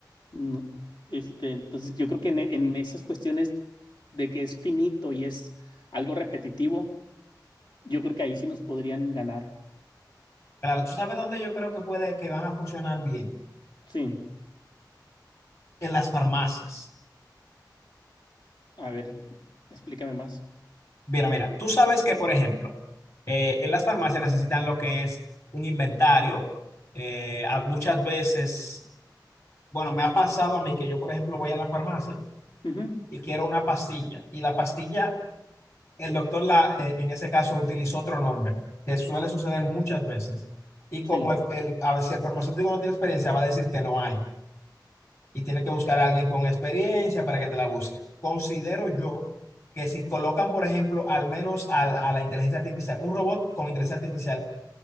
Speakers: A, on the left (about 70°); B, on the left (about 40°).
A: No, Este, entonces, yo creo que en, e- en esas cuestiones de que es finito y es algo repetitivo, yo creo que ahí sí nos podrían ganar.
B: Claro, tú sabes dónde yo creo que puede, que van a funcionar bien.
A: Sí,
B: en las farmacias.
A: a ver, explícame más.
B: Mira, mira, tú sabes que, por ejemplo, eh, en las farmacias necesitan lo que es un inventario. Eh, a- muchas veces, bueno, me ha pasado a mí que yo, por ejemplo, voy a la farmacia
A: Ujú.
B: y quiero una pastilla. Y la pastilla, el doctor la, eh, en ese caso utilizó otro nombre, que suele suceder muchas veces. Y
A: Sí,
B: como el, el- a ver, si el farmacéutico no tiene experiencia, va a decir que no hay. y tienes que buscar a alguien con experiencia para que te la busque. Considero yo que si colocan, por ejemplo, al menos al- a, la inteligencia artificial, un robot con inteligencia artificial